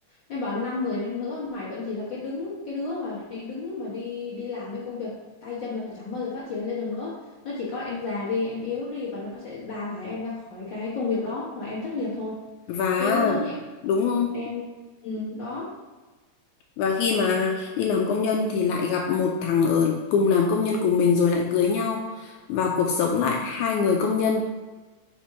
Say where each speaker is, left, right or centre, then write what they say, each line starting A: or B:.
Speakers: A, on the left; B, on the left.
A: em bảo năm mười năm nữa mày vẫn chỉ là cái đứng cái đứa mà đi đứng mà đi đi làm mấy công việc tay chân mà chẳng bao giờ phát triển lên được nữa nó chỉ có em già đi em yếu đi và nó sẽ đào thải em ra khỏi cái công việc đó và em thất nghiệp thôi
B: và
A: chứ giống như em,
B: đúng không?
A: em ừ, đó
B: Và khi mà đi làm công nhân thì lại gặp một thằng ở cùng làm công nhân của mình rồi lại cưới nhau và cuộc sống
A: Ừ,
B: lại hai người công nhân